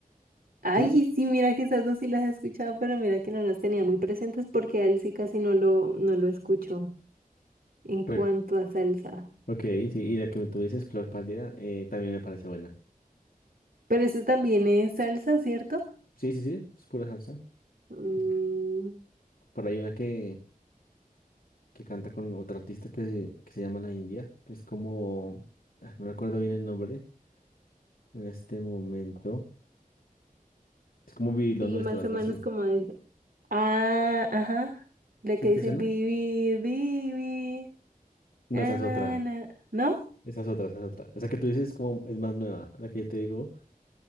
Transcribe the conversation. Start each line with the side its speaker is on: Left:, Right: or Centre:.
Right: Ay,
Left: sí.
Right: sí, mira que esas dos sí las he escuchado, pero mira que no las tenía muy presentes porque a él sí casi no lo, no lo escucho en
Left: Pero,
Right: cuanto a salsa.
Left: ok, sí. Y la que tú dices, Flor Pálida, eh, también me parece buena.
Right: Pero eso también es salsa, ¿cierto?
Left: Sí, sí, sí. Es pura salsa.
Right: Mm,
Left: Es que Por ahí hay una que, que canta con otra artista que, se- que se llama La India, que es como. ah, No recuerdo bien el nombre en este momento. Es como vivir lo
Right: Y
Left: nuestro,
Right: más
Left: algo
Right: o menos
Left: así.
Right: como de, Ah, ajá. La
Left: ¿Sí
Right: que
Left: te
Right: dice
Left: suena?
Right: vivir, vivir.
Left: No,
Right: na,
Left: esa es
Right: na,
Left: otra.
Right: na". ¿No?
Left: Esa es otra, esa es otra. Esa que tú dices es como es más nueva. La que yo te digo